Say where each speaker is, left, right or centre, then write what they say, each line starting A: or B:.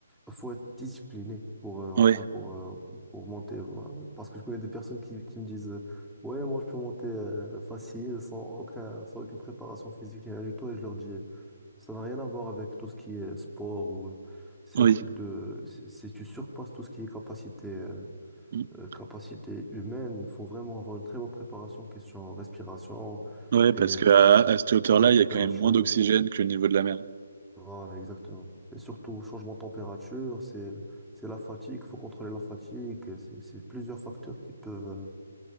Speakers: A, in the centre; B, on the right.
A: faut être discipliné pour, euh, enfin,
B: Oui,
A: pour, euh, pour monter. voilà. Parce que je connais des personnes qui, qui me disent, euh, ouais, moi, je peux monter euh, facile, sans aucun, sans aucune préparation physique, ni rien du tout. Et je leur dis, ça n'a rien à voir avec tout ce qui est sport ou, euh, c'est
B: oui.
A: un truc de, c'est, c'est- tu surpasses tout ce qui est capacité, euh,
B: Mm.
A: euh, capacité humaine. Faut vraiment avoir une très bonne préparation, question respiration
B: Ouais, parce
A: et,
B: qu'à
A: euh,
B: à à cette hauteur-là,
A: changement de
B: il
A: température.
B: y a quand même moins d'oxygène que le niveau de la mer.
A: Voilà, exactement. Et surtout, changement de température, c'est, c'est la fatigue, faut contrôler la fatigue, c'est, c'est plusieurs facteurs qui peuvent,